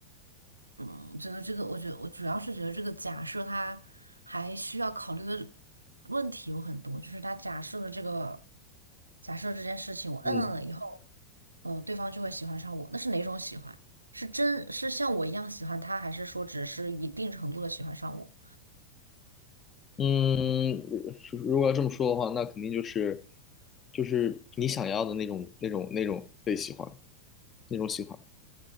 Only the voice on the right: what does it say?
嗯，我觉得这个，我觉得我主要是觉得这个假设它还需要考虑的问题有很多，就是他假设的这个假设这件事情，我摁了以后，
嗯，对方就会喜欢上我，那是哪种喜欢？是真是像我一样喜欢他，还是说只是一定程度的喜欢上我？